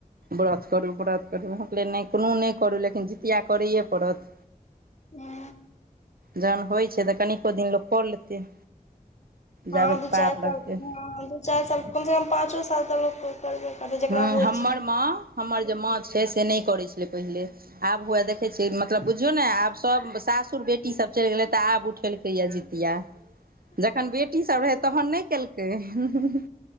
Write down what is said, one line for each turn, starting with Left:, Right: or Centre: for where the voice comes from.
Right: व्रत करू- व्रत करू। हम कलिए नहि कोनो नहि करू लेकिन जितिया करैए पड़त।
Left: मै
Right: जहन होइ छै, तऽ कनिको दिन लोक क लेतै।
Left: हँ
Right: जाबे
Left: दू
Right: पार
Left: चारि
Right: लगतै
Left: पाॅच ऑ दू चारि साल कम से कम पाँचो साल तऽ लोक करबे करतै जेकरा
Right: हँ
Left: होइ
Right: हम्मर
Left: छै
Right: माँ, हमर जे माँ छै से नहि करै छलै पहिले। आब हुए देखैय छियै मतलब बु जौ नए आब सब सासुर बेटी सब चलि गेलै, तऽ आब उठेलकैया जीतिया। जखन बेटी सब रहै तहन नहि केलकै, हू-हू-हू